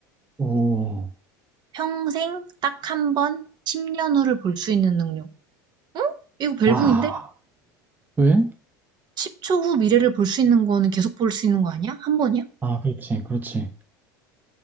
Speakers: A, on the right; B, on the right.
A: 오,
B: 평생 딱 한 번, 10년 후를 볼 수 있는 능력. 응? 이거 벨붕인데?
A: 와, 왜?
B: 10초 후 미래를 볼 수 있는 거는 계속 볼 수 있는 거 아니야? 한 번이야?
A: 아, 그렇지, 그렇지.